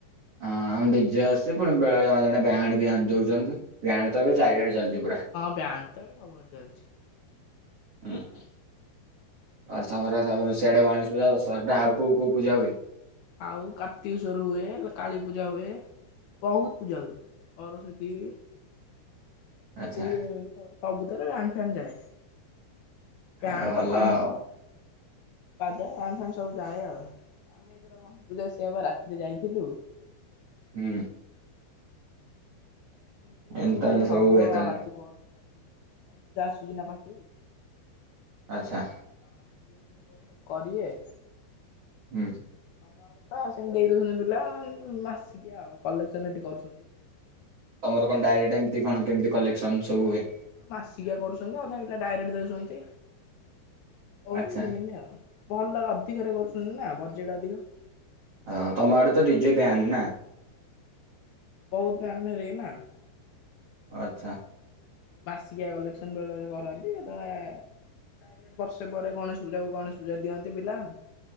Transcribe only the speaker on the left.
ହଁ ବ୍ୟାଣ୍ଡ୍ ତ ଏବେ ସବୁଆଡେ ଚାଲିଚି।
ଆଉ କାର୍ତ୍ତିକଶ୍ଵର ହୁଏ କାଳୀପୂଜା ହୁଏ। ବହୁତ ପୂଜା ହୁଏ ସରସ୍ଵତୀ ହୁଏ।
ହୁଏ ସ ସବୁଥିରେ ବ୍ୟାଣ୍ଡ୍ ଫ୍ୟାଣ୍ଡ୍ ଯାଏ। ବ୍ୟାଣ୍ଡ୍
ତ କମ
ବାଜା ବ୍ୟାଣ୍ଡ୍ ଫ୍ୟାଣ୍ଡ ସବୁ ଯାଏ ଆଉ। ଆମେ ଏଇଥର ଗଣେଶ ପୂଜାରେ ସେଇଆ ବା ରାତିରେ ଯାଇଥିଲୁ।
ମିଟିଙ୍ଗ୍ ଫିଟିଙ୍ଗ୍
ବୋଧେ
ହବ
ଆଜି ପହରଦିନ ଆଡିକି ଆଉ ଗଣେଶ ପୂଜା ଆସୁଚି ନା ପାଖେଇ।
ହଁ ମିଟିଙ୍ଗ୍ ଫିଟିଙ୍ଗ୍ କଣ ସବୁ କରିବେ।
ତମ ଆଡେ ତ ସେମିତି ଦେଇ ଦଉଛନ୍ତି ପିଲା ମାସିକିଆ ଆଉ କଲେକ୍ସନ ଏଠି କରୁ
ମାସିକିଆ କରୁଛନ୍ତି ଅଧା ପିଲା ଡାଇରେକ୍ଟ ଦଉଚନ୍ତି ହଉଛି
ସିମିତି ଆଉ। ଭଲ ରଦିକରେ କରୁଛନ୍ତି ନା ବଜେଟ ଅଧିକ।
ବୋହୁତ ପ୍ୟାନ ଏରିଆ ନା।
ବାର୍ଷିକିଆ କଲେକ୍ସନ ବେଳେ ବେଳେ କରନ୍ତି କେତେବେଳେ ଡାଇରେକ୍ଟ ବର୍ଷେ ପରେ ଗଣେଶ ପୂଜାକୁ ଗଣେଶ ପୂଜା ଦିଅନ୍ତି ପିଲା।